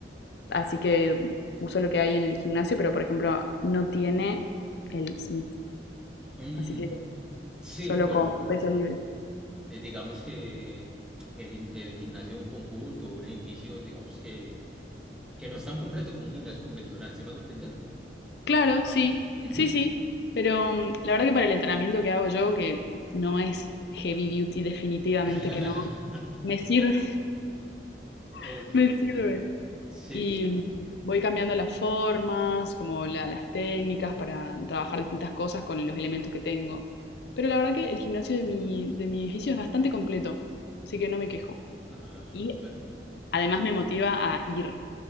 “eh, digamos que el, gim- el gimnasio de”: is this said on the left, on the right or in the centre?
Centre